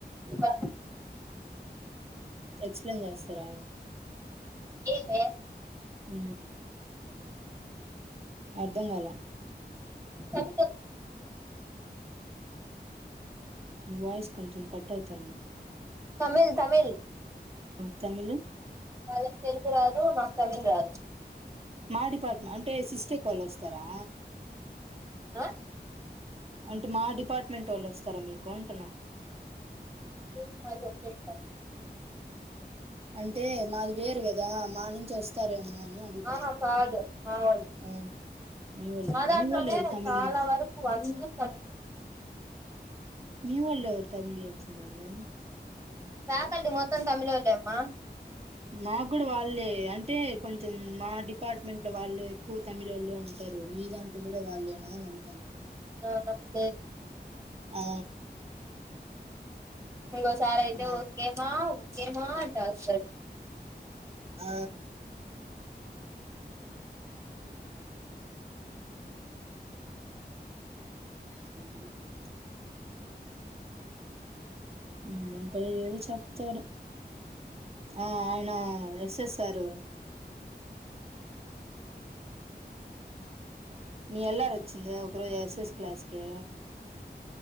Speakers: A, on the right; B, on the right.
A: వా
B: ఎక్స్ప్లెయిన్ చేస్తారా
A: ఏ
B: అ అర్ధం గల
A: తమిడు
B: వయిస్ కొంచెం కట్ అవుతుంది
A: తమిళ్ తమిళ్
B: తమిళ
A: వాళ్ళకి తెలుగు రాదు నాకు తమిళ్ రాదు
B: మా డిపార్ట్మెంట్ పేసిస్ కలుస్తారా
A: ఆ
B: అంటే మా డిపార్ట్మెంట్ వాళ్ళు వస్తారా మీకు అంటను
A: ఏది మారి ఒప్పలితం
B: అంటే మాది వేరు కదా మా నుంచి వస్తారేమో అని అడుగుతున్నా
A: ఆహా కాదు మా వాళు
B: ఆ, మీ వాళ్ళు
A: మా దాంట్లోనే
B: మీ వాళ్ళు ఎవరు తమిళ
A: చాలా వరకు వంద కావ
B: మీవోలు ఒక తమిళ ఉన్నారు
A: ఫకల్టీ మొత్తం తమిళళమ్మా
B: నా కూడా వాళ్ళే అంటే కొంచెం మా డిపార్ట్మెంట్ లో వాళ్ళు ఎక్కువ తమిళ వాళ్ళు అంటారు మీ దాంట్లో కూడా వాళ్ళేనా అని అడుగుతున్నా.
A: ఆ లేదు
B: ఆ
A: ఇంకో సారి అయితే
B: ఆ
A: ఓకేమా ఏమ దసలు
B: ఆ అ మా ఏద చెప్తారు ఆ ఆయన వసేసారు. మీ ఎల్ అర్ వచ్చింది ఒక రోజు ఎస్ఎస్ క్లాస్కి.